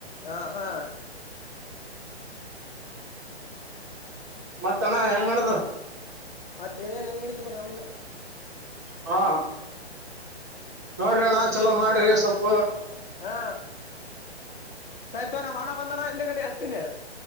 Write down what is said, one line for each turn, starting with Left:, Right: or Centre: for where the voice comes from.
Left: ಹಾ ಹಾ
Right: ಮತ್ತ ಅಣ್ಣ ಹೆಂಗ್ ನಡ್ದ
Left: ಮತ್ತೆ ಏನ್ ಅಂಗಡಿದ ಬ ನಮ್ದ
Right: ಹಾ ನೋಡ್ರಿ ಅಣ್ಣ ಚಲೋ ಮಾಡ್ರಿ ಸ್ವಲ್ಪ
Left: ಹಾ ಸರಿತವ ನ ಹಣ ಬಂದಾನ ಹಿಂದ ಗಡೆ ಹಸ್ತೀನಿ